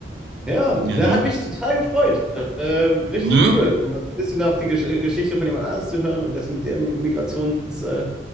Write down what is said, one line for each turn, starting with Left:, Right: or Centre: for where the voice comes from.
Centre: Ja,
Right: Ja,
Centre: der
Right: ne?
Centre: hat mich total gefreut. Ähm, richtig
Right: Nö.
Centre: cool. Mal Ein bisschen auch die Gesch äh, Geschichte von jemand anders zu hören und dessen der Migrations äh,